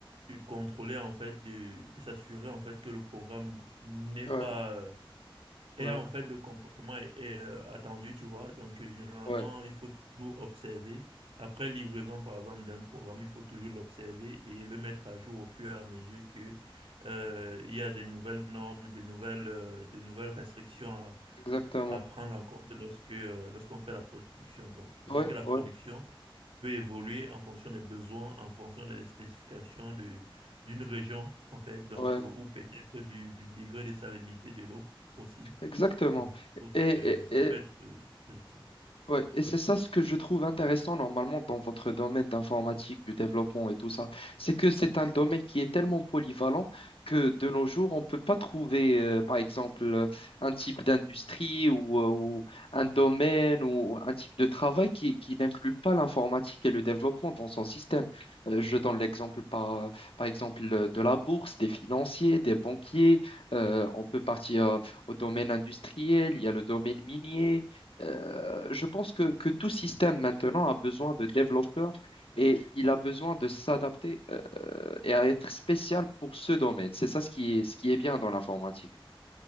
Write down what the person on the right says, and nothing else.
de contrôler, en fait, de, de s'assurer, en fait, que le programme n'est
pas euh, Et
en fait, le comportement est, est, euh, attendu, tu vois. Donc, euh, généralement,
il faut toujours observer. Après livraison, par exemple, d'un programme, il faut toujours l'observer et le mettre à jour au fur et à mesure que, euh, il y a de nouvelles normes, de nouvelles, euh, de nouvelles restrictions à,
à prendre en compte lorsque, euh, lorsqu'on fait la production. Donc, vu
que la
production peut évoluer en fonction des besoins, en fonction des spécifications de, d'une région, en fait, donc,
euh, ou peut-être du, du degré de salinité de l'eau aussi.
Donc, je suppose
que ça
peut être euh, très utile.